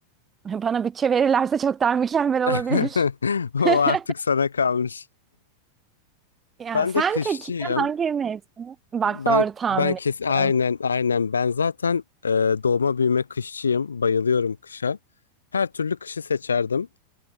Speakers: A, on the right; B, on the left.
A: <laughs> Bana bütçe verirlerse çok daha mükemmel
B: <laughs>
A: olabilir. <laughs>
B: O artık sana kalmış.
A: Ya
B: Ben
A: sen
B: de kışçıyım.
A: peki hangi mevsimi? Bak
B: Ben
A: doğru tahmin
B: ben kes
A: ettim.
B: aynen aynen ben zaten e, doğma büyüme kışçıyım. Bayılıyorum kışa. Her türlü kışı seçerdim.